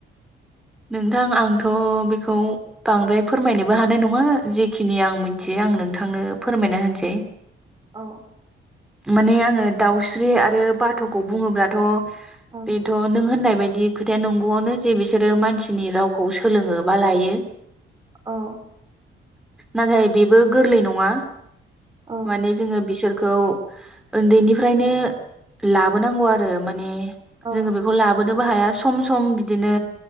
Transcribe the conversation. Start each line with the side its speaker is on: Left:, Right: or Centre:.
Centre: नोंथां आंथ' बेखौ बांद्राय फोरमायनोबो हानाय नङा जि खिनि आं मिथियो
Right: औ
Centre: आं नोंथांनो फोरमायना होनोसै।
Right: अ
Centre: माने आङो दाउस्रि आरो बाथ'खौ बुङोब्लाथ'
Right: औ
Centre: बेथ' नों होननाय बायदि खोथाया नंगौआवनो जे बिसोरो मान रावखौ सोलोङो बा लायो।
Right: अह।
Centre: नाथाय बेबो गोरलै नङा।
Right: औ
Centre: माने जोङो बिसोर खौ ओन्दैनिफ्रायनो लाबोनांगौ आरो माने
Right: औ
Centre: जोङो बेखौ लाब बोनोबो हाया सम सम बिदिनो